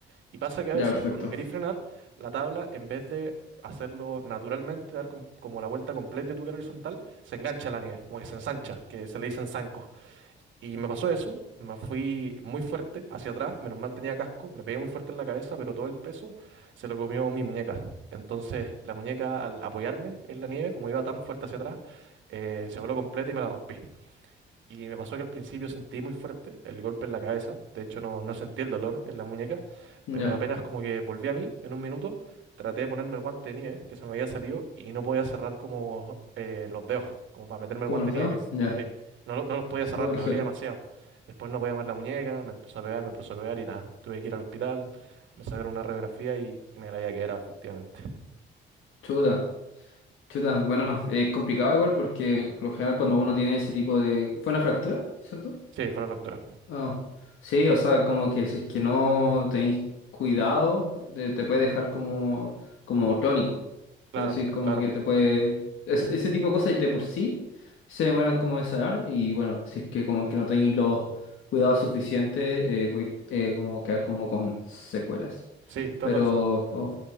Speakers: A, on the right; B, on the left.
A: Y pasa que a
B: Ya,
A: veces
B: perfecto.
A: cuando queréis frenar, la tabla, en vez de hacerlo naturalmente, dar com- como la vuelta completa de tu cara horizontal, se engancha a la nieve, como que se ensancha, que se le dicen zancos. Y me pasó eso, me fui muy fuerte hacia atrás, menos mal tenía casco, me pegué muy fuerte en la cabeza, pero todo el peso se lo comió mi muñeca. Entonces la muñeca al apoyarme en la nieve, como iba tan fuerte hacia atrás, eh, se voló completa y me la rompí. Y me pasó que al principio sentí muy fuerte el golpe en la cabeza. De hecho, no, no sentí el dolor en la muñeca.
B: Ya.
A: Pero apenas como que volví a mí en un minuto, traté de ponerme el guante de nieve que se me había salido y no podía cerrar como eh, los dedos, como para meterme
B: ¿Cómo
A: el guante
B: lo
A: de
B: sé?
A: nieve, que es-
B: Ya.
A: eh, no, lo- no los podía
B: Sergio,
A: cerrar, me dolía demasiado. Después no podía mover la muñeca, me empezó a pegar, me empezó a pegar y nada. Tuve que ir al hospital, me sacaron una radiografía y, y me la había quedado, efectivamente.
B: chuta, chuta, bueno, es complicado igual porque por lo general cuando uno tiene ese tipo de... ¿Fue una fractura, cierto?
A: Sí, fue una fractura.
B: Ah, sí, o sea, como que si es que no tenéis cuidado, de- te puede dejar como, como tónico.
A: Claro,
B: Es decir, como
A: claro.
B: que te puede... es- ese tipo de cosas de por sí se demoran como en sanar y bueno, si es que como que no tenéis los cuidados suficientes, eh, podéis eh, como quedar como con secuelas.
A: Sí, toda
B: Pero...
A: la razón.
B: oh,